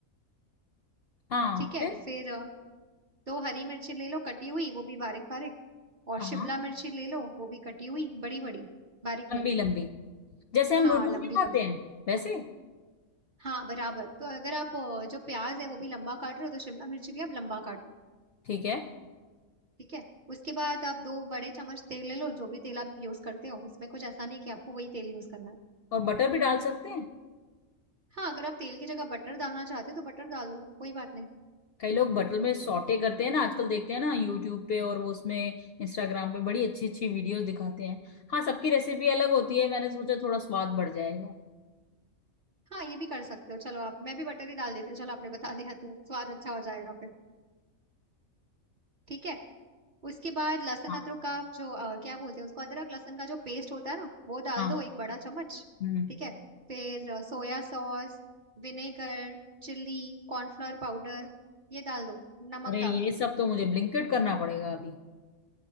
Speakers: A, on the left; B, on the right.
A: हाँ
B: ठीक है
A: फिर
B: फिर अ, दो हरी मिर्ची ले लो कटी हुई वो भी बारीक बारीक और
A: हाँ
B: शिमला मिर्ची ले लो वो भी कटी हुई बड़ी बड़ी बारीक नहीं
A: लंबी लंबी जैसे हम
B: हाँ
A: नूडल्स
B: लंबी
A: में
B: लंबी
A: खाते हैं वैसे
B: हाँ बराबर तो अगर आप अ, जो प्याज है वो भी लंबा काट रहे हो तो शिमला मिर्ची भी आप लंबा काट लो
A: ठीक है
B: ठीक है उसके बाद आप दो बड़े चम्मच तेल ले लो जो भी तेल आप यूज करते हो उसमें कुछ ऐसा नहीं कि आपको वही तेल यूज करना है
A: और बटर भी डाल सकते हैं
B: हाँ अगर आप तेल की जगह बटर डालना चाहते हो तो बटर डाल दो कोई बात नहीं
A: कई लोग बटल में सॉटे करते हैं ना आजकल देखते हैं ना यूट्यूब पे और वो उसमें इंस्टाग्राम पे बड़ी अच्छी अच्छी वीडियोस दिखाते हैं हाँ सबकी रेसिपी अलग होती है मैंने सोचा थोड़ा स्वाद बढ़ जाएगा
B: हाँ ये भी कर सकते हो चलो आप मैं भी बटर ही डाल देती हूँ चलो आपने बता दिया तो स्वाद अच्छा हो जाएगा फिर ठीक है उसके बाद लहसुन
A: हाँ
B: अदरक का जो अ, क्या बोलते हैं उसको अदरक लहसुन का जो पेस्ट होता है ना वो डाल
A: हाँ
B: दो एक बड़ा चम्मच
A: हम्म
B: ठीक है फिर अ, soya sauce vinegar chilli cornflour powder ये डाल दो नमक
A: अरे
B: डाल
A: ये
B: दो
A: सब तो मुझे ब्लिंकिट करना पड़ेगा अभी